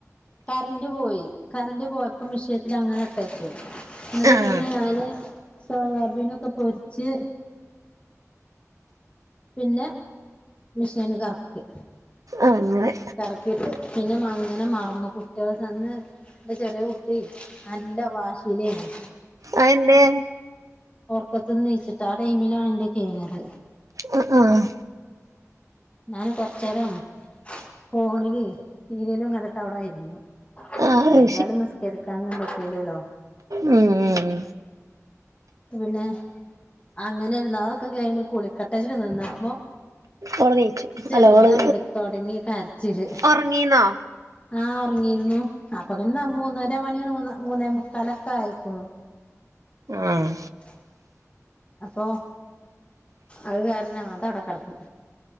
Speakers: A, on the left; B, on the right.
A: കറന്റ് പോയി കറണ്ട് പോയപ്പോ മഷയത്തി അങ്ങനെ എന്നിട്ട്
B: ആഹ്
A: പിന്നെ ഞാന് സോയാബീനൊക്കെ പൊരിച്ച് പിന്നെ മെഷീന് കറക്കി
B: ആഹ് അങ്ങനെ
A: കറക്കിട്ട് പിന്നെ അങ്ങനെ മറന്നു കുട്ടികൾ ചെന്ന് ന്റെ ചെറിയ കുട്ടി നല്ല വാശീലെയ്നി
B: അതെന്തെ
A: ഓറക്കത്ത് നിന്ന് നീച്ചിട്ട് ആഹ് ടൈമിലാണ് ഇന്റത് കഴിഞ്ഞത്.
B: അ ആഹ്
A: ഞാന് കൊറച്ചെരം ഫോണില് സീരിയലും കണ്ടിട് അവിടെയിരുന്നു
B: ആഹ്
A: ഏതായാലും നിസ്കരിക്കാഞ്ഞ പറ്റുലല്ലോ
B: ഉം ഉം
A: പിന്നെ അങ്ങനെ ഇരുന്ന് അതൊക്കെ കഴിഞ്ഞ് കുളിക്കട്ടെ ച്ചിട്ട് നിന്നപ്പൊ
B: ഓള് നീച്ചു
A: ചെറുതാ
B: അല്ല ഓള്
A: അങ്ങട് തൊടങ്ങി കരച്ചില്
B: ഒറങ്ങീന്നോ
A: ആഹ് ഒറങ്ങിയിരുന്നു അപ്പൊ തന്നെ മൂന്നര മണി മൂന്നേ മുക്കാലൊക്കെ ആയിക്ക്ണു
B: ആഹ്
A: െ അപ്പൊ അത് കാരണം അതവിടെ കടക്കു